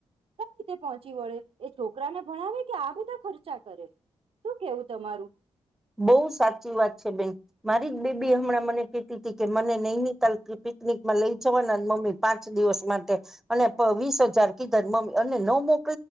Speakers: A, on the right; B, in the centre.
A: કઈ રીતે પહોંચી વળે એ છોકરાને ભણાવે કે આ બધા ખર્ચા કરે. શું કેવું તમારું.
B: બહુ સાચી વાત છે બેન મારી જ બેબી હમણાં મને કેતી તી કે મને નેનિતાલ પિક પિકનિક મા લ‌ઇ જવાના મમ્મી પાંચ દિવસ માટે અને પ વીસ હજાર કીધા મમ્મી અને ન મોક.